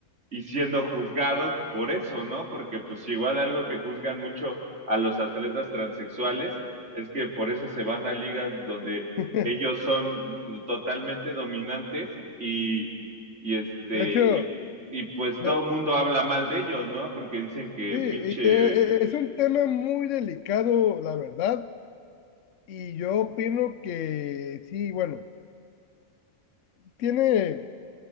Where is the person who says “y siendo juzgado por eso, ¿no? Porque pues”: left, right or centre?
Right